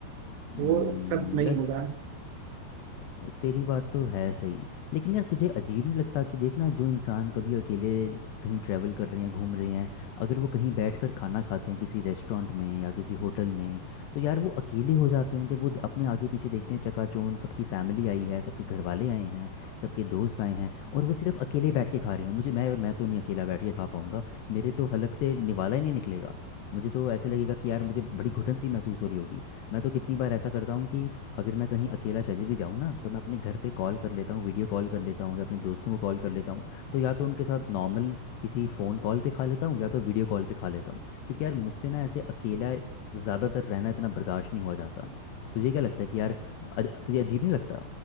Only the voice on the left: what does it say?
है
यार, तेरी बात तो है सही लेकिन यार तुझे अजीब नहीं लगता कि देखना जो इंसान कभी अकेले कहीं ट्रैवल कर रहे हैं घूम रहे हैं अगर वो कहीं बैठकर खाना खाते हैं किसी रेस्टोरेंट में या किसी होटल में तो यार वो अकेले हो जाते हैं जब वो अपने आगे पीछे देखते हैं चकाचौंध सबकी फैमिली आई है सबके घर वाले आए हैं सबके दोस्त आए हैं और वो सिर्फ अकेले बैठ के खा रहे हैं मुझे मैं मैं तो नहीं अकेला बैठ के खा पाऊंगा मेरे तो हलक से निवाला ही नहीं निकलेगा मुझे तो ऐसे लगेगा कि यार मुझे बड़ी घुटन सी महसूस हो रही होगी मैं तो कितनी बार ऐसा करता हूँ कि अगर मैं कहीं अकेला चले भी जाऊँ ना तो मैं अपने घर पे कॉल कर लेता हूँ वीडियो कॉल कर लेता हूँ या अपने दोस्तों को कॉल कर लेता हूँ तो या तो उनके साथ नॉर्मल किसी फ़ोन कॉल पे खा लेता हूँ या तो वीडियो कॉल पे खा लेता हूँ क्योंकि यार मुझसे ना ऐसे अकेला ज़्यादातर रहना इतना बर्दाश्त नहीं हुआ जाता तुझे क्या लगता है कि यार अज- तुझे अजीब नहीं लगता